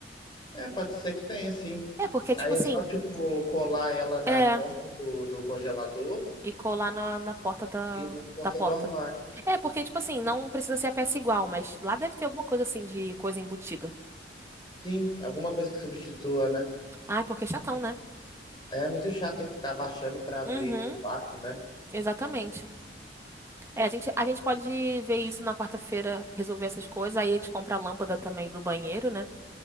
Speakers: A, on the left; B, on the right.
A: É, pode ser que tenha, sim.
B: É, porque, tipo
A: Aí
B: assim.
A: é só, tipo, colar ela na
B: É.
A: porta do, do congelador
B: E colar na, na porta da,
A: e na porta
B: da porta.
A: do armário.
B: É, porque, tipo assim, não precisa ser a peça igual, mas lá deve ter alguma coisa assim de coisa embutida.
A: Sim, alguma coisa que substitua, né?
B: Ai, porque é chatão, né?
A: É muito chato ter que ficar abaixando pra abrir
B: Uhum,
A: por baixo, né?
B: exatamente. É, a gente, a gente pode ver isso na quarta-feira, resolver essas coisas. Aí a gente compra a lâmpada também do banheiro, né?